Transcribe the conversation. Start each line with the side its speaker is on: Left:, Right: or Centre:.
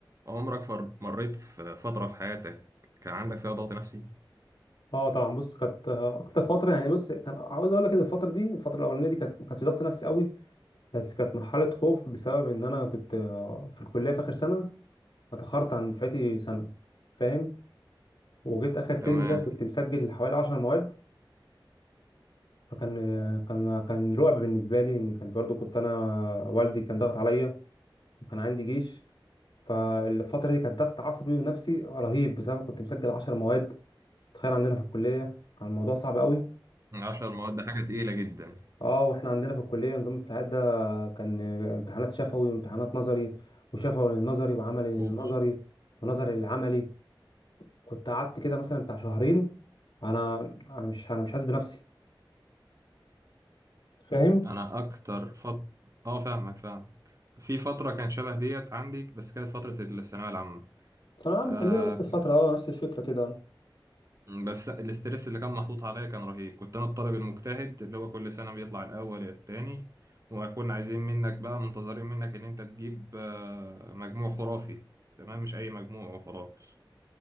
Right: عمرك فر... مريت في فترة في حياتك كان عندك فيها ضغط نفسي؟
Left: اه طبعا بص كانت آه، اكتر فتره يعني بص كان عاوز اقول لك ان الفتره دي الفتره الاولانيه دي كانت ما كانتش ضغط نفسي قوي بس كانت مرحله خوف بسبب ان انا كنت آه، في الكليه في اخر سنه اتاخرت عن دفعتي سنه فاهم وجيت اخر ترم
Right: تمام
Left: ده كنت مسجل حوالي 10 مواد فكان آه، كان كان رعب بالنسبه لي ان كان برضو كنت انا والدي كان ضغط عليا وكان عندي جيش فالفتره دي كانت ضغط عصبي ونفسي رهيب بسبب كنت مسجل 10 مواد تخيل عندنا في الكليه كان الموضوع صعب قوي
Right: عشر مواد ده حاجة تقيلة جدا
Left: اه واحنا عندنا في الكليه نظام الساعات ده كان امتحانات شفوي وامتحانات نظري وشفوي للنظري وعملي للنظري
Right: أوبس
Left: ونظري للعملي كنت قعدت كده مثلا بتاع شهرين انا انا مش انا مش حاسس بنفسي فاهم
Right: أنا أكتر فترة أه فاهمك فاهمك في فترة كانت شبه ديت عندي بس كانت فترة الثانوية العامة
Left: ثانوية عامة
Right: آه
Left: كلنا نفس الفترة اه نفس الفكرة كده
Right: بس الاسترس اللي كان محطوط عليا كان رهيب كنت أنا الطالب المجتهد اللي هو كل سنة بيطلع الأول يا التاني وكنا عايزين منك بقى منتظرين منك إن أنت تجيب آه مجموع خرافي تمام مش أي مجموع وخلاص